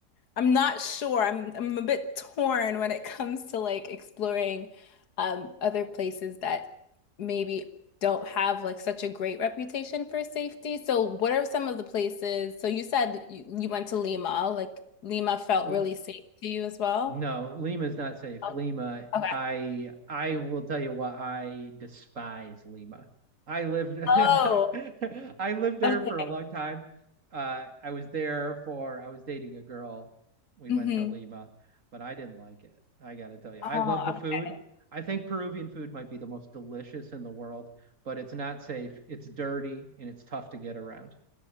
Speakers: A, on the left; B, on the right.
A: I'm not sure. I'm I'm a bit torn when it comes to like exploring um other places that maybe don't have like such a great reputation for safety. So what are some of the places? So you said you, you went to Lima, like Lima felt
B: hmm
A: really safe to you as well.
B: No, Lima is not safe.
A: Oh,
B: Lima,
A: Okay.
B: I I will tell you why I despise Lima. I lived <laughs>
A: Oh,
B: I lived there
A: okay.
B: for a long time. Uh, I was there for I was dating a girl. We went
A: Mm-hmm.
B: to Lima, but I didn't like it. I gotta tell you, I
A: Oh,
B: love the food.
A: okay.
B: I think Peruvian food might be the most delicious in the world, but it's not safe. It's dirty and it's tough to get around.